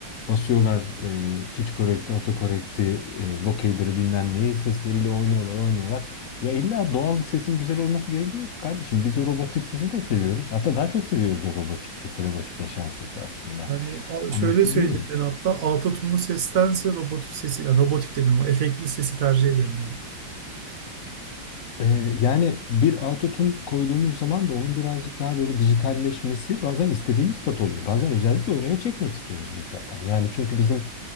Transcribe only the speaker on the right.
Yani a- şöyle
söyleyeyim
ben hatta autotune'lu sestense robotik sesi, yani robotik dedim o efektli sesi tercih ederim